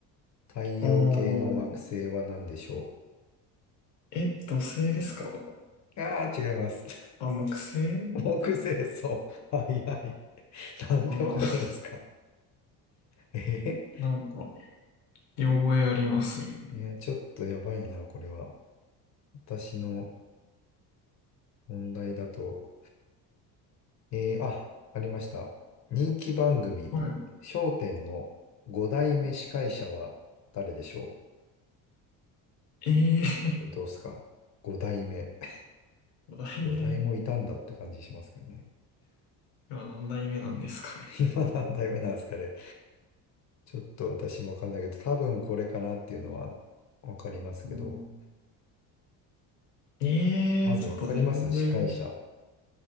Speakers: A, on the left; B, on the left.
A: 太陽系の惑星は何でしょ
B: あー、え、土星ですか
A: うああー、違います。
B: あ、木星
A: <laughs> 木星そう。はいはい。なんでわかるんですか
B: ああー、
A: え
B: なんか、見覚えありますね。
A: ーいや、ちょっとやばいな、これは。私の問題だと。えーあ、ありました。人気番組、
B: はい。
A: 笑点の5代目司会者は誰でしょ
B: ええ
A: うどうっすか ?5 代目。<laughs>
B: ー、<laughs> 代目
A: 5代もいたんだって感じしますけどね。
B: 今何代目なんですかね。
A: <laughs> 今何代目なんですかね。ちょっと私もわかんないけど、多分これかなっていうのはわかりますけど、
B: うんええー、
A: まずわかります司会者。
B: ちょっと全然、